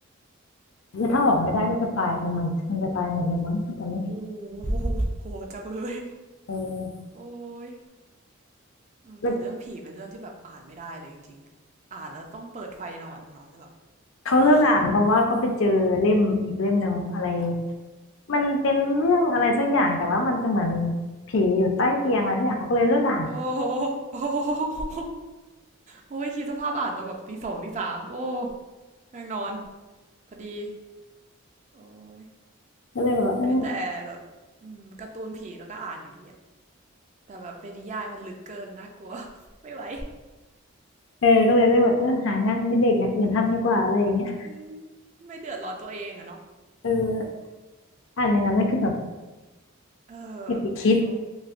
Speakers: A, on the left; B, on the right.
A: คือถ้าออกไม่ได้ก็คือตายแต่มันมันจะตายหมดเลยมั้งถ้าจำไม่ผิด
B: อู้โอ้โหโหจักเลย
A: เออ
B: โอ้ย
A: แล้ว
B: แต่เรื่องผีเป็นเรื่องที่แบบอ่านไม่ได้เลยจริงๆอ่านแล้วต้องเปิดไฟนอนนอนไม่หลับ
A: เขาเลิกอ่านเพราะว่าเขาไปเจอเล่มอีกเล่มหนึ่งอะไร
B: ตาค้าง
A: มันเป็นเรื่องอะไรสักอย่างแต่ว่ามันจะเหมือนผีอยู่ใต้เตียงอะไรสักอย่างเขาก็เลยเลิกอ่าน
B: โอ้โอ้โอ้ยคิดสภาพอ่านตอนแบบตีสองตีสามโอ้แม่งนอนพอดีโอ้ย
A: ก็เลยแบบว่าเออ
B: ้แต่แบบอมการ์ตูนผีแล้วก็อ่านอยู่ดีอะแต่แบบเป็นนิยายมันลึกเกินน่ากลัว <laughs> ไม่ไหว
A: เออก็เลยเลิกแบบเออหางานอดิเรกอย่างอื่นทำดีกว่าอะไรอย่างเงี้ย
B: มไม่เดือดร้อนตัวเองอะเนาะ
A: เอออ่านอย่างนั้นแล้วคือแบบ
B: เออ
A: เก็บไปคิด
B: โอ้